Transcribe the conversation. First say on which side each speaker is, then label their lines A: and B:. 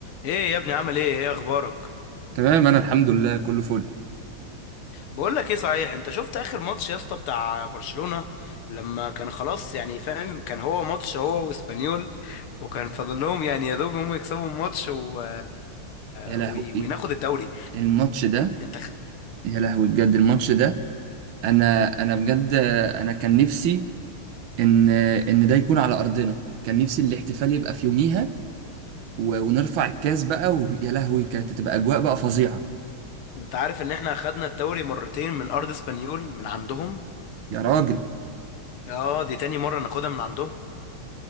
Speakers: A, on the left; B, on the right.
A: ايه يا ابني عامل ايه ايه اخبارك
B: تمام انا الحمد لله كله فل
A: بقول لك ايه صحيح انت شفت اخر ماتش يا اسطى بتاع برشلونة لما كان خلاص يعني فاهم كان هو ماتش هو واسبانيول وكان فاضل لهم يعني يا دوب هم يكسبوا الماتش و...
B: يا
A: وي-
B: لهوي
A: وناخد الدوري
B: الماتش ده
A: انت خ-
B: يا لهوي بجد الماتش ده انا انا بجد انا كان نفسي ان ان ده يكون على ارضنا كان نفسي الاحتفال يبقى في يوميها و- ونرفع الكاس بقى ويا لهوي كانت هتبقى اجواء بقى فظيعة
A: انت عارف ان احنا خدنا الدوري مرتين من ارض اسبانيول من عندهم
B: يا راجل
A: اه دي تاني مرة ناخدها من عندهم